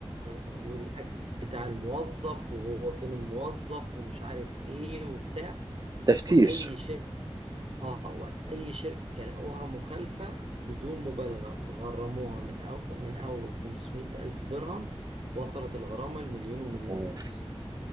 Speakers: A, on the right; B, on the right.
A: والأكسس بتاع الموظف وهو فين الموظف ومش عارف إيه وبتاع
B: تفتيش
A: وأي شيء اه واي شركه لقوها مخالفه بدون مبالغه غرموها من أو من اول 500 الف درهم وصلت الغرامه لمليون ومليون
B: يا نهار
A: ونص